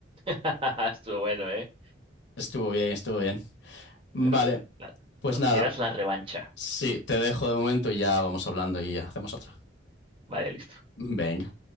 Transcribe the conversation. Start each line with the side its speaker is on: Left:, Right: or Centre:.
Right: <laughs> Estuvo bueno, ¿eh?
Left: Estuvo bien, estuvo bien. Vale,
Right: Bueno, la-
Left: pues
Right: cuando
Left: nada.
Right: quieras la revancha.
Left: Sí, te dejo de momento y ya vamos hablando y hacemos otra.
Right: Vale, listo.
Left: Venga.